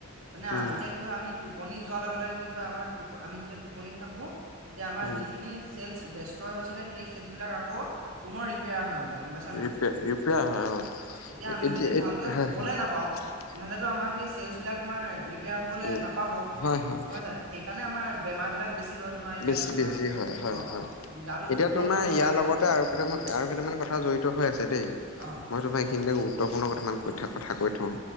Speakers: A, on the right; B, on the left.
A: মানে
B: উম
A: এতিয়া কি হয় আমি টোপনি যোৱাৰ লগে লগে কি হয় আমাৰ আমি যেতিয়া টোপনিত থাকো তেতিয়া আমাৰ
B: উম
A: যিখিনি ছেলচ দেশ ডেষ্ট্ৰয় হৈছিলে সেই চেলছ বিলাক আকৌ পুনৰ ৰিপেয়াৰ হয় মানে।
B: ৰিপে-ৰিপেয়াৰ
A: গম পাইছা নাই
B: হয় অ'।
A: এতিয়া আমি
B: এত-এতিয়া
A: যদি ভালকৈ শুবলে
B: হয়-হয়।
A: নাপাওঁ তেনেহ'লেতো আমাৰ সেই চেলচ বিলাক তোমাৰ ৰিপেয়াৰ হ'বলে
B: উম
A: নাপাব,
B: হয় হয়
A: নহয় যে? সেইকাৰণে আমাৰ বেমাৰ বিলাক বেছি হয় তোমাৰ এতিয়া
B: বেছি-বেছি।
A: ধৰি লোৱা
B: হয়, হয়,
A: অ
B: হয়।
A: গাটো
B: এতিয়া
A: দুৰ্বল
B: তোমাৰ
A: দুৰ্বল
B: ইয়াৰ
A: লাগে
B: লগতে আৰু কেইটামান
A: উম
B: আৰু কেইটামান কথা জড়িত হৈ আছে দেই।
A: অ
B: মই তোমাৰ এইখিনিতে গুৰুত্বপূৰ্ণ কেইটামান কথা-কথা কৈ থওঁ,